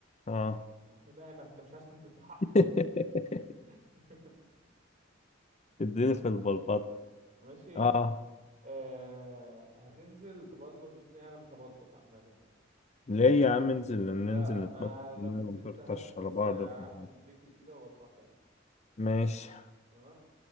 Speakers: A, on the left; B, on the right.
A: اه
B: يا عم بقى ما انت مش عايز تنزل بحر
A: <laughs>
B: <laughs>
A: اديني
B: طب
A: في البلبطه
B: ماشي
A: اه
B: آه هتنزل تبلبط الدنيا انا مش هبلبط عامه يعني
A: ليه يا عم انزل
B: لا
A: ننزل
B: ما
A: نتبطل
B: لو
A: في الميه
B: نزلت
A: ونطرطش
B: هنزل بس
A: على بعض
B: اعمل
A: في الميه
B: رجلي كده واطلع تاني
A: ماشي
B: تمام